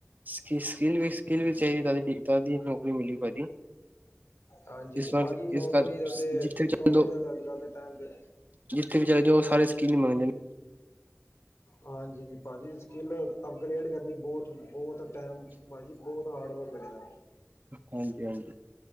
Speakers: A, on the right; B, on the left.
A: ਸਕ ਸਕਿੱਲ ਵੀ ਸਕਿੱਲ ਵੀ ਚਾਹੀਦੀ ਕਾਹਦੀ ਨੌਕਰੀ ਮਿਲੀ ਐ ਭਾਜੀ
B: ਹਾਂਜੀ ਹਾਂਜੀ
A: ਇਸ ਵਾਰ
B: ਭਾਜੀ ਨੌਕਰੀ
A: ਇਸ ਵਾਰ
B: ਦਾ ਤੇ
A: ਜਿੱਥੇ ਵੀ ਚੱਲ
B: ਨੌਕਰੀ
A: ਜਾਓ
B: ਦਾ ਤੇ ਅੱਜ ਕੱਲ ਦੇ ਟਾਈਮ ਤੇ,
A: ਜਿੱਥੇ ਵੀ ਚਲੇ ਜਾਓ ਸਾਰੇ ਸਕਿੱਲ ਮੰਗਦੇ
B: ਹਾਂਜੀ ਭਾਜੀ ਸਕਿੱਲ ਅਪਗ੍ਰੇਡ ਕਰਨੀ ਬਹੁਤ ਬਹੁਤ ਟੈਮ ਭਾਜੀ ਬਹੁਤ ਹਾਰਡ ਵਰਕ ਲੱਗਦਾ।
A: ਹਾਂਜੀ-ਹਾਂਜੀ